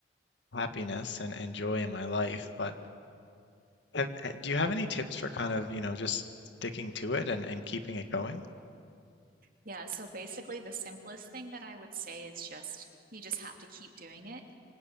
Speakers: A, on the left; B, on the right.
A: happiness and, and joy in my life. But have, ha- do you have any tips for kind of, you know, just sticking to it and, and keeping it going?
B: Yeah, so basically, the simplest thing that I would say is just you just have to keep doing it.